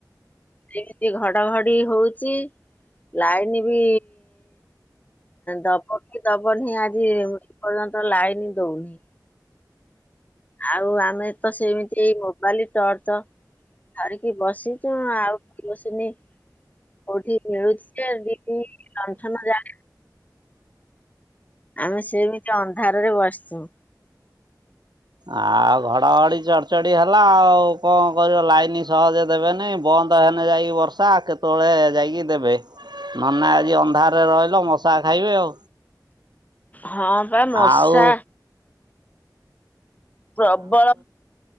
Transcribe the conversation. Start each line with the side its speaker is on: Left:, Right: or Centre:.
Left: ଏମିତି ଘଡଘଡି ହଉଛି ଲାଇନ ବି ଦବକି ଦବନି ଆଜି ଏ ପର୍ଯ୍ୟନ୍ତ ଲାଇନ ଦଉନି ଆଉ ଆମେ ତ ସେମିତି ଏଇ ମୋବାଇଲ ଟର୍ଚ୍ଚ ଧରିକି ବସିଛୁ ଆଉ କିରୋସିିନି କୋଉଠି ମିଳୁଛି ଯେ ଡିବି ଲଣ୍ଠନ ଜାଳି ଆମେ ସେମିତି ଅନ୍ଧାରରେ ବସିଛୁ
Right: ଆଉ ଘଡଘଡି ଚଡଚଡି ହେଲା ଆଉ କଣ କରିବ ଲାଇନ ସହଜେ ଦେବେନାହିଁ ବନ୍ଦ ହେନେ ଯାଇକି ବର୍ଷା କେତେବେଳେ ଯାଇକି ଦେବେ ନହେଲେ ଆଜି ଅନ୍ଧାରରେ ରହିଲ ମଶା ଖାଇବେ ଆଉ
Left: ହଁ ବା ମଶା
Right: ଆଉ
Left: ପ୍ରବଳ